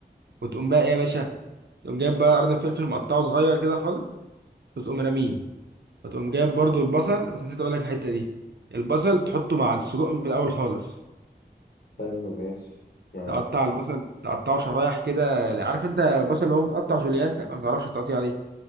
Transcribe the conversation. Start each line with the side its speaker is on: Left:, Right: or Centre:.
Right: وتقوم بقى ايه يا باشا تقوم جايب بقى قرن فلفل مقطعه صغير كده خالص وتقوم راميه فتقوم جايب برضو البصل بس نسيت اقول لك الحته دي البصل تحطه مع السجق من الاول خالص
Left: حلو ماشي ما
Right: تقطع البصل تقطعه شرايح كده عارف انت البصل اللي هو متقطع جوليان ده ما تعرفش التقطيع دي